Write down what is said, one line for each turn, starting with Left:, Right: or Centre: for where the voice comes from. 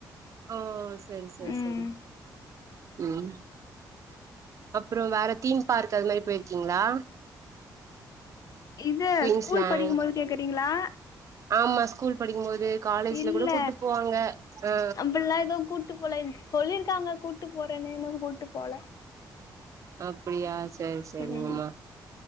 Right: ஓ செரி செரி
Left: ம்
Right: செரி ம் அப்றோ வேற தீம் பார்க் அது மாரி போயிருக்கீங்ளா
Left: இது
Right: குயின்ஸ்லேண்ட்
Left: ஸ்கூல் படிக்கும்போது கேக்குறீங்ளா
Right: ஆமா ஸ்கூல் படிக்கும்போது காலேஜ்ல
Left: இல்ல
Right: கூட கூட்டு போவாங்க ஆ
Left: அப்படில்லா எது கூட்டு போல சொல்லிருக்காங்க கூட்டு போறேன்னு இன்னு கூட்டு போல
Right: அப்டியா செரி சேரிங்கம்மா
Left: ம்